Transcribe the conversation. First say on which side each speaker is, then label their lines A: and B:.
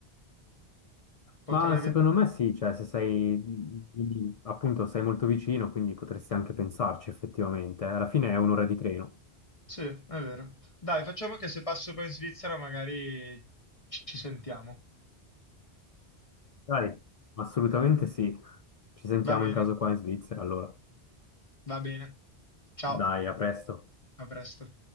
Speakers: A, on the left (about 30°); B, on the left (about 55°).
A: Potrei
B: Ma secondo
A: vedere.
B: me sì, cioè, se sei, lì, appunto, sei molto vicino, quindi potresti anche pensarci effettivamente. eh. Alla fine è un'ora di treno.
A: Sì, è vero. Dai, facciamo che se passo poi in Svizzera magari ci ci sentiamo.
B: Dai, assolutamente sì. Ci sentiamo
A: Va bene,
B: in caso qua in Svizzera, allora.
A: va bene. Ciao,
B: Dai, a presto.
A: a presto.